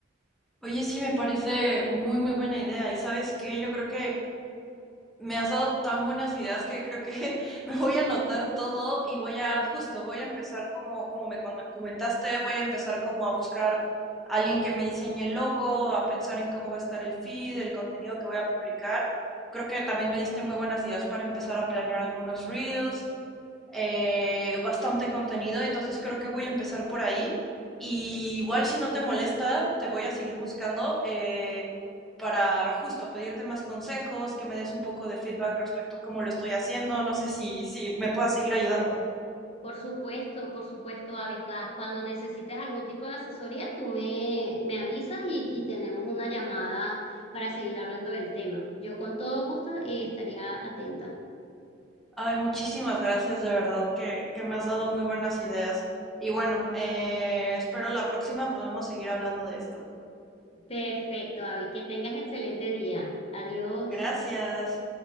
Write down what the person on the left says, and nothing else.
Por supuesto, por supuesto, Avica. Cuando necesites algún tipo de asesoría, tú me, me avisas y, y tenemos una llamada para seguir hablando del tema. Yo con todo gusto, eh, estaría atenta.
Perfecto, Avi. Que tengas excelente día. Adiós.